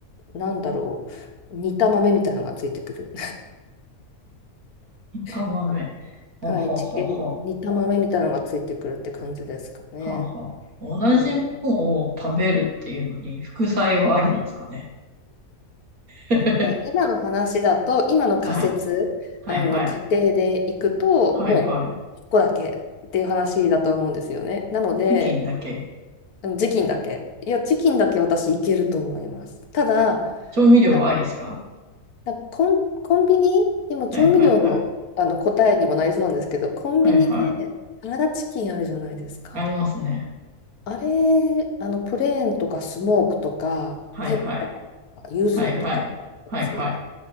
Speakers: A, on the left; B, on the right.
A: なんだろう、煮た豆みたいなのがついてくる。
B: 炒豆。
A: <laughs>
B: はあはあはあは
A: はい、チキン、煮た豆みたいなのがついてくるって感じですかね。
B: あ。はあはあ。同じものを食べるっていうのに、
A: うん
B: 副菜はありなんですかね。<laughs>
A: で今の話だと、今の仮説、
B: はい。はいはい。
A: あの仮定でいくと、
B: はいはい。
A: もうここだけっていう話だと思うんですよね。なので、
B: チキンだけ。
A: うんチキンだけ。いや、チキンだけ私いけると思います。ただ、
B: 調味料はありですか
A: あ、なコン、コンビニ、今調味料の、
B: はいはいはい。
A: あの答えにもなりそうなんですけど、コンビニでサラダチキンあるじゃないですか。
B: はいはい。ありますね。
A: あれ、あのプレーンとかスモークとか、
B: はいはい。
A: ペッパーとか、柚子とかのやつ。
B: はいはい。はいはい。